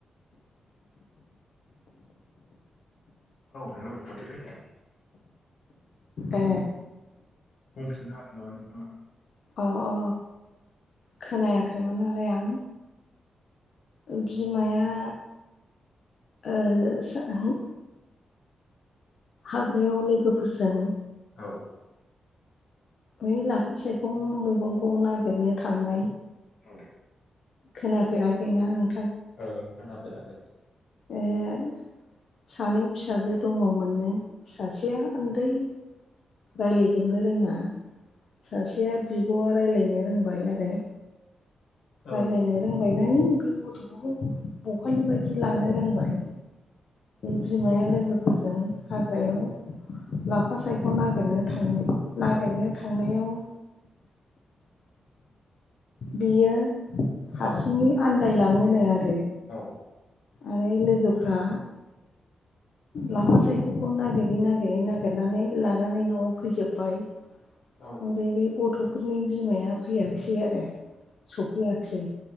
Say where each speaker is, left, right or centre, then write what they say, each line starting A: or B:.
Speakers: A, on the left; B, on the left.
A: औ हेल' माथो खोयाखै
B: ए
A: <unintelligible>
B: अ अ खोनायाखैमोन नालाय आं बिमाया ओ <unintelligible> हाग्रायाव लोगोफोरजों
A: औ
B: बै लाफा साइगं मैगंखौ नागिरनो थांनाय
A: औ
B: खोनाफेराखैना नों
A: औ खोनाफेराखै
B: ए सानै फिसाजो दङमोननो सासेया उन्दै रायलायजोबनो रोङा सासेया बिब'आ रायलायनो रोंबाय आरो रायलायनो
A: औ
B: रोंबाय <unintelligible> बे गथ'खौ बखालि बायदि लानो रोंबाय बिमाया लोगोफोरजों हाग्रायाव लाफा साय नागिरनो थाङो नागिरनो थांनायाव बियो हारसिङै
A: औ
B: आन्दायलाङोनो आरो
A: औ
B: आरो लोगोफ्रा लाफा सायख'खौ नागिरै- नागिरै नागिरनानै लानानै न'आव फैजोब्बाय ओमफ्राय
A: औ
B: बे गथ'फोरनि बिमाया फैयाखिसै आरो सफैयाखिसै